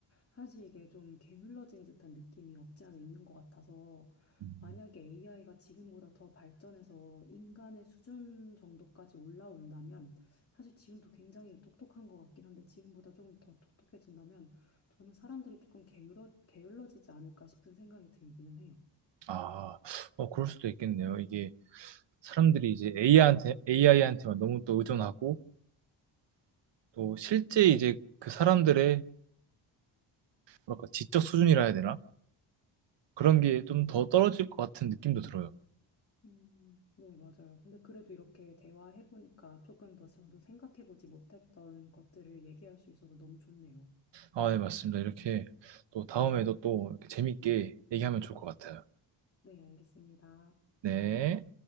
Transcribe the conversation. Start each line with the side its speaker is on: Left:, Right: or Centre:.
Left: 사실 이게 좀 게을러진 듯한 느낌이 없지 않아 있는 것 같아서
Right: 음.
Left: 만약에 AI가 지금보다 더 발전해서 인간의 수준 정도까지 올라온다면 사실 지금도 굉장히 똑똑한 것 같긴 한데 지금보다 조금 더 똑똑해진다면 저는 사람들이 조금 게을러, 게을러지지 않을까 싶은 생각이 들기는 해요.
Right: 아, 어, 그럴 수도 있겠네요. 이게 사람들이 이제 AI한테, AI한테만 너무 또 의존하고 또 실제 이제 그 사람들의 뭐랄까 지적 수준이라 해야 되나? 그런 게 좀 더 떨어질 것 같은 느낌도 들어요.
Left: 음, 네, 맞아요. 근데 그래도 이렇게 대화해보니까 조금 더 저도 생각해보지 못했던 것들을 얘기할 수 있어서 너무 좋네요.
Right: 아, 네, 맞습니다. 이렇게 또 다음에도 또 이렇게 재밌게 얘기하면 좋을 것 같아요.
Left: 네, 알겠습니다.
Right: 네.